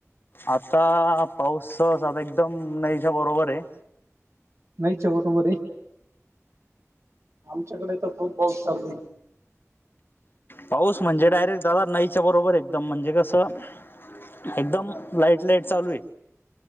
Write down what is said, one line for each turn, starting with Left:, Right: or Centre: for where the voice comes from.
Left: आंता पाऊस आंता एकदंम नाहींच्यां बरोबर आहे.
Right: नाहींच्या बरोबर आहे आमच्याकडे तरं खूंप पाऊस चालूं आहे
Left: पाऊस म्हणजे डायरेक्ट दादा नाईच्या बरोबर आहे. एकदंम म्हणजे कसं एकदंम लाईट लाईट चालूं आहे